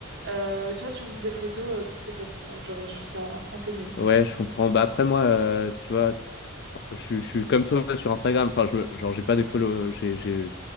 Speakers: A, on the right; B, on the left.
A: euh, soit tu montes des photos euh, pour tes potes, quoi. Genre, je trouve ça un peu mieux.
B: Ouais, je comprends. Bah après moi, euh, tu vois, je, suis je suis comme toi sur Instagram. Enfin, je, me- genre, j'ai pas des follow. J'ai, j'ai,